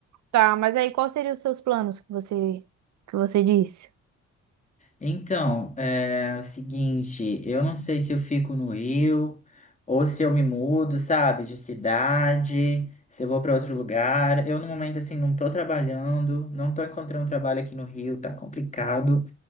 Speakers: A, on the right; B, on the left.
A: Tá, mas aí quais seriam os seus planos que você que você disse?
B: Então, é o seguinte, eu não sei se eu fico no Rio ou se eu me mudo, sabe, de cidade, se eu vou para outro lugar. Eu, no momento, assim, não tô trabalhando, não tô encontrando trabalho aqui no Rio, tá complicado.